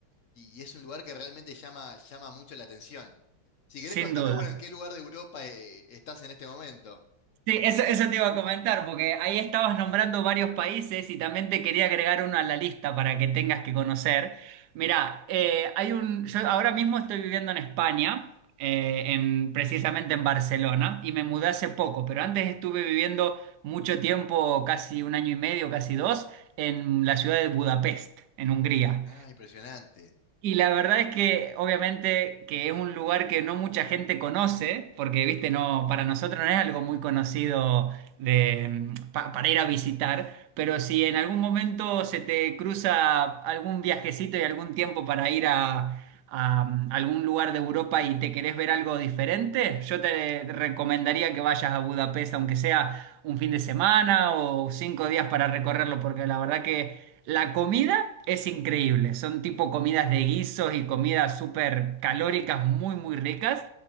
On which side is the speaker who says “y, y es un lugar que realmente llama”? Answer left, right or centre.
Left